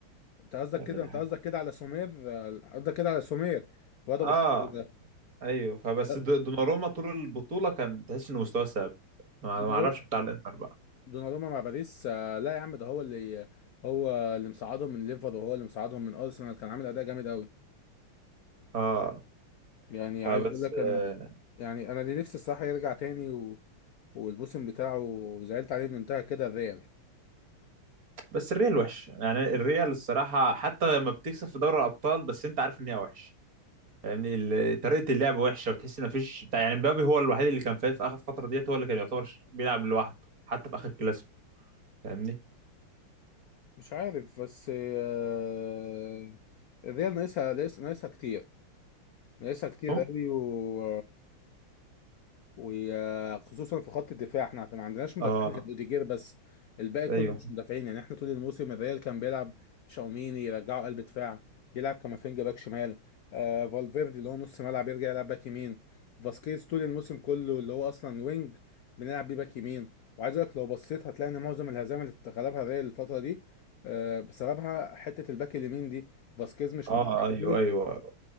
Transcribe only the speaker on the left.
انت قصدك
كده انت
قصدك كده على سومير آه، قصدك كده على سومير الواد ابو
شكر ده
لا،
دوناروما
دوناروما مع باريس آه، لا يا عم ده هو اللي هو اللي مساعدهم من ليفر وهو اللي مساعدهم من ارسنال كان عامل اداء جامد قوي
يعني
عايز اقول لك انا
يعني انا اللي نفسي الصراحه يرجع تاني و... والموسم بتاعه زعلت عليه انه انتهى كده الريال
مش عارف بس آه، الريال ناقصها ناقص- ناقصها كتير ناقصها كتير
قوي و وخصوصا في خط الدفاع احنا ما عندناش مدافعين
غير اوديجير بس الباقي كله
مش مدافعين يعني احنا طول الموسم الريال كان بيلعب تشاوميني يرجعه قلب دفاع يلعب كامافينجا باك شمال آه فالفيردي اللي هو نص ملعب يرجع يلعب باك يمين فاسكيز طول الموسم كله اللي هو اصلا وينج بنلعب بيه باك يمين وعايز اقول لك لو بصيت هتلاقي ان معظم الهزائم اللي غلبها الريال الفتره دي آه بسببها حته الباك اليمين دي فاسكيز مش
مدافع
قوي